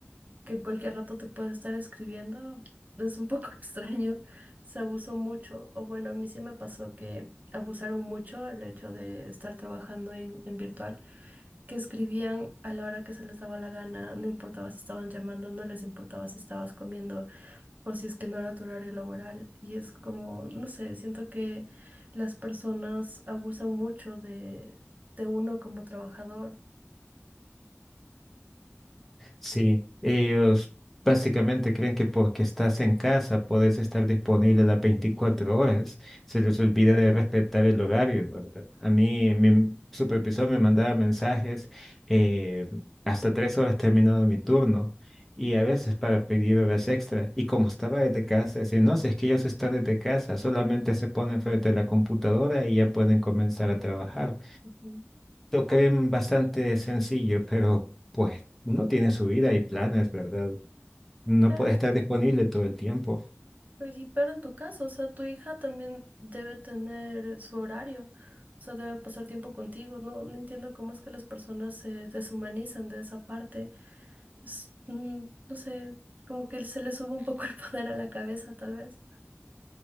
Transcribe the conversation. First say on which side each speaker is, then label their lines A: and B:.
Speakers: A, on the right; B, in the centre.
A: que en cualquier rato te puede estar escribiendo, es un poco <laughs> extraño. Se abusó mucho, o bueno, a mí sí me pasó que abusaron mucho el hecho de estar trabajando en, en virtual, que escribían a la hora que se les daba la gana, no importaba si estaban llamando, no les importaba si estabas comiendo o si es que no era tu horario laboral. Y es como, no sé, siento que las personas abusan mucho de, de uno como trabajador.
B: Sí, ellos básicamente creen que porque estás en casa puedes estar disponible las 24 horas. Se les olvida de respetar el horario, ¿verdad? A mí, mi supervisor me mandaba mensajes eh, hasta tres horas terminado mi turno y a veces para pedir horas extra. Y como estaba desde casa, decía, no, si es que ellos están desde casa, solamente se ponen frente a la computadora y ya pueden comenzar a trabajar.
A: Ujú.
B: Lo bastante sencillo, pero pues uno tiene su vida y planes, ¿verdad? No
A: Claro,
B: puede estar disponible todo el tiempo.
A: Pero, y- pero en tu caso, o sea, tu hija también debe tener su horario, o sea, debe pasar tiempo contigo. No, no entiendo cómo es que las personas se deshumanizan de esa parte. Es, mm, no sé, como que se le sube un poco el <laughs> poder a la cabeza, tal vez.